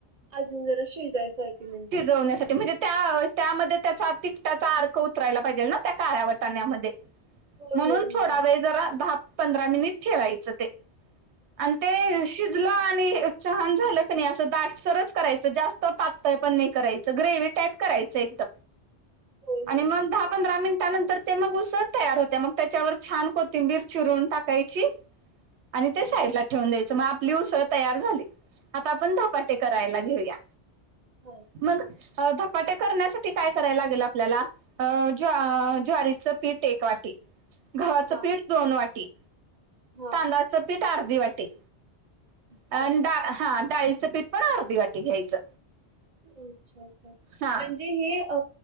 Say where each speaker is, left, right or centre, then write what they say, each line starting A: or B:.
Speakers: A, on the right; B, on the right.
A: अजून जरा शेजयसाठीारी म्हणजे
B: णे त्या त्यामध्ये त्याचा तिकटाचा अर्क उतरायला पाहिजे ना त्या काळ्या वटाण्यामध्ये
A: होय,
B: म्हणून
A: होय,
B: थोडा
A: होय.
B: वेळ जरा दहा पंधरा मिनिट ठेवायचं ते आणि ते शिजलं आणि छान झालं क नाही असं दाट सरच करायचं जास्त पातय पण नाही करायचं ग्रेव टाप कराय एक
A: होय,
B: आणि
A: होय.
B: मग दहा पंधरा मिनंतर ते मग उसळ तयार होत मग त्याच्यावर छान कोथिंबीर चिरून टाकायची आणि ते
A: होय,
B: साईडला ठेवून द्यायचं मग आपली उसळ तयार झाली आता आपण दहापाटे करायला घेऊया
A: हा
B: मग म ते करण्यासाठी काय करायला लागेल आपल्याला ज् ज्वारीचं पीठ एक वाटी गव्हाच
A: हां.
B: पीठ दोन वाटी
A: हां.
B: चं पीठ अर्धी वाटी
A: अच्छा.
B: अ डा हा डाळीचं पीठ पण अर्धी वाटी घ्यायचं.
A: अच्छा अच्छा
B: हा
A: म्हणजे हे अ